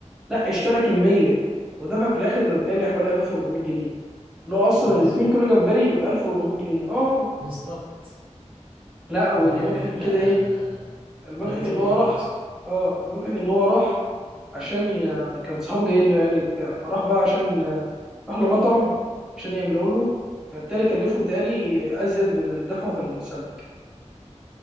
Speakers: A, in the centre; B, on the right.
A: لا اشترى كميه ودفع في الاخر بتهيألي حوالي 1400 جنيه اللي هو اصلا
B: بتهزر
A: ال 2 كيلو جمبري ب 1400 جنيه اه
B: بالظبط
A: لا والمضحك
B: يعني لا
A: في كده ايه
B: أنا
A: المضحك
B: أنا لازم
A: اللي
B: أجيلكم
A: هو راح
B: يا اسطى
A: اه المضحك اللي هو راح عشان ي... كان صحابه جايين له يعني بتاع فراح بقى عشان راح لمطعم عشان يعملوا له فبالتالي كلفه بتهيألي أزيد من اللي دفعه في السمك